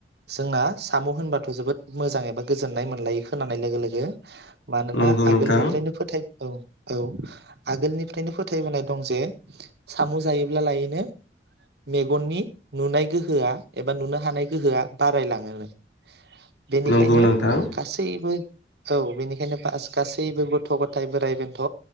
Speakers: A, on the right (about 65°); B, on the left (about 85°).
A: जोंना साम' होनबाथ' जोबोद मोजां एबा गोजोननाय मोनलायो खोनानाय लोगो लोगो। मानोना
B: नंगौ नोंथां
A: आगोलनिफ्रायनो फोथाय औ। औ आगोलनिफ्रायनो फोथायबोनाय दं जे सामु जायोब्ला लायनो मेगननि नुनाय गो होआ एबा नुनो हानाय गोहोआ बारायलाङोनो। बेनिखायनो
B: नंगौ नोंथां
A: गासैबो औ बेनिखायनो बास गासैबो गथ' गथाय, बोराइ बेन्थ'